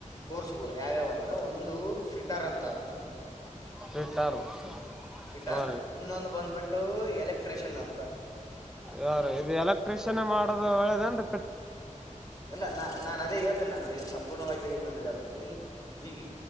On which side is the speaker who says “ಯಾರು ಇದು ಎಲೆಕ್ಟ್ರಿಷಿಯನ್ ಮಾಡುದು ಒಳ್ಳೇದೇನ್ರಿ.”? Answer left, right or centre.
Centre